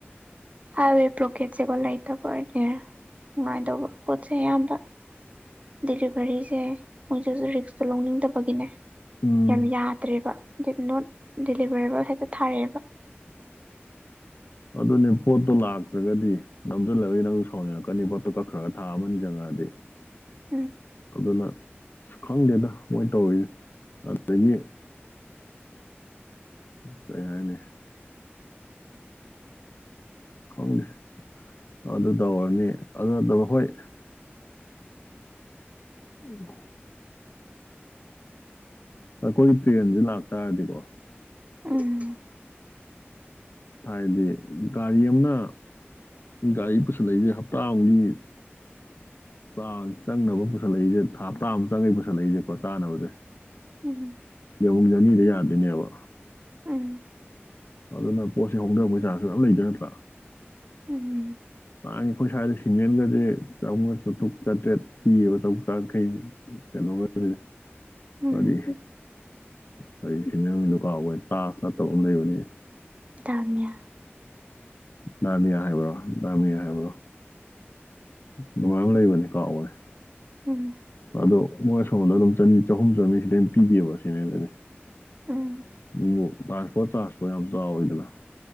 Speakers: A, on the right (about 30°); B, on the left (about 55°).
A: ꯍꯥꯏꯋꯦ ꯄ꯭ꯔꯣꯀꯦꯠꯁꯦꯒꯣ ꯂꯩꯇꯔꯅꯦ ꯅꯨꯡꯉꯥꯏꯗꯧꯕ ꯄꯣꯠꯁꯦ ꯑꯌꯥꯝꯕ ꯗꯤꯂꯤꯚꯔꯤꯁꯦ ꯃꯣꯏꯁꯨ ꯍꯧꯖꯤꯛ ꯔꯤꯛꯁꯇꯣ ꯂꯧꯅꯤꯡꯗꯕꯒꯤꯅꯦ
B: ꯎꯝ
A: ꯌꯥꯝ ꯌꯥꯗ꯭ꯔꯦꯕ ꯗꯤꯗ ꯅꯣꯠ ꯗꯤꯂꯤꯚꯔꯦꯕꯜ ꯍꯦꯛꯇ ꯊꯥꯔꯛꯑꯦꯕ
B: ꯑꯗꯨꯅꯦ ꯄꯣꯠꯇꯣ ꯂꯥꯛꯇ꯭ꯔꯒꯗꯤ ꯅꯝꯁꯤꯜꯂꯒꯗꯤ ꯅꯪꯁꯨ ꯁꯥꯎꯅꯤꯡꯔꯛꯀꯅꯤ ꯄꯣꯠꯇꯣ ꯀꯛꯈ꯭ꯔꯒ ꯊꯥ ꯑꯃꯅꯤ ꯆꯪꯉꯛꯑꯗꯤ
A: <inaudible>
B: ꯑꯗꯨꯅ ꯈꯪꯗꯦꯗ ꯃꯣꯏ ꯇꯧꯔꯤꯁꯦ ꯑꯗꯨꯗꯒꯤ
A: <inaudible>
B: ꯀꯩ ꯍꯥꯏꯅꯤ ꯈꯪꯗꯦ ꯑꯗꯨ ꯇꯧꯔꯅꯤ ꯑꯗꯨ ꯅꯠꯇꯕ ꯍꯣꯏ ꯎꯝ ꯑꯩꯈꯣꯏ ꯇ꯭ꯔꯦꯟꯁꯦ ꯂꯥꯛꯇꯥꯔꯗꯤꯀꯣ
A: ꯎꯝ
B: ꯊꯥꯏꯟꯗꯤ ꯒꯥꯔꯤ ꯑꯝꯅ ꯒꯥꯔꯤ ꯄꯨꯁꯤ ꯂꯩꯁꯦ ꯍꯞꯇꯥ ꯑꯝꯒꯤ ꯆꯥꯡ ꯆꯪꯅꯕ ꯄꯨꯁꯜꯂꯛꯏꯁꯦ ꯍꯞꯇꯥ ꯑꯃ ꯆꯪꯉꯛꯏ ꯄꯨꯁꯜꯂꯛꯏꯁꯦꯀꯣ ꯆꯥꯅꯕꯁꯦ
A: ꯎꯝ
B: ꯌꯧꯕ ꯖꯔꯅꯤꯗ ꯌꯥꯗꯣꯏꯅꯦꯕ
A: ꯎꯝ
B: ꯑꯗꯨꯅ ꯄꯣꯠꯁꯤ ꯍꯣꯡꯗꯕ ꯄꯩꯁꯥꯁꯨ ꯌꯥꯝ ꯂꯩꯗꯣꯏ ꯅꯠꯇ꯭ꯔꯥ
A: ꯎꯝ
B: ꯑꯥꯟ ꯑꯩꯈꯣꯏ ꯁ꯭ꯋꯥꯏꯗ ꯁꯤꯃꯦꯟꯒꯗꯤ ꯆꯥꯝꯃꯉꯒ ꯆꯥꯇ꯭ꯔꯨꯛ ꯆꯥꯇ꯭ꯔꯦꯠ ꯄꯤꯌꯦꯕ ꯆꯨꯛ ꯆꯡꯈꯩꯁꯦ ꯀꯩꯅꯣ ꯀꯁꯦ
A: ꯎꯝ
B: ꯀꯔꯤ ꯀꯔꯤ ꯁꯤꯃꯦꯟꯒꯤ ꯗꯨ ꯀꯥꯎꯈꯔꯦ ꯇꯥꯖ ꯅꯠꯇꯕ ꯑꯃ ꯂꯩꯕꯅꯦ
A: ꯗꯥꯃꯤꯌꯥ
B: ꯅꯥꯅꯤꯌꯥ ꯍꯥꯏꯦꯕ꯭ꯔꯣ ꯗꯥꯃꯤꯌꯥ ꯍꯥꯏꯕ꯭ꯔꯣ ꯅꯨꯡꯉꯥꯏ ꯑꯃ ꯂꯩꯕꯅꯤ ꯀꯥꯎꯈꯔꯦ
A: ꯎꯝ
B: ꯑꯗꯣ ꯃꯣꯏ ꯁꯣꯝꯗ ꯑꯗꯨꯝ ꯆꯅꯤ ꯆꯍꯨꯝ ꯆꯃꯔꯤꯁꯤꯗꯩ ꯍꯦꯟꯅ ꯄꯤꯗꯦꯕ ꯁꯤꯃꯦꯅꯗꯗꯤ
A: ꯎꯝ
B: ꯎ ꯂꯥꯛꯄꯣ ꯆꯥꯥꯁꯇꯣ ꯌꯥꯝ ꯆꯥꯎꯋꯤꯗꯅ